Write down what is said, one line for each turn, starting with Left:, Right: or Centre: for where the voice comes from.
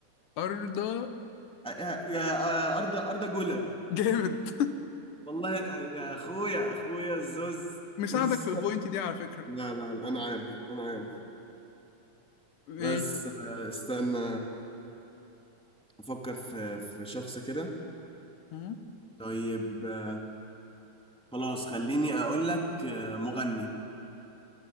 Left: ارضى
Centre: آه آه آه أردا أردا جولر
Left: جامد
Centre: والله آه، يا اخويا اخويا الزوز
Left: <laughs> مساعدك
Centre: <laughs>
Left: في البوينت دي على فكرة
Centre: لا لا لا، انا عارف انا عارف
Left: ماشي
Centre: بس آه، استنى افكر في في شخص كده
Left: مم.
Centre: طيب آه، خلاص خليني اقول لك آه، مغني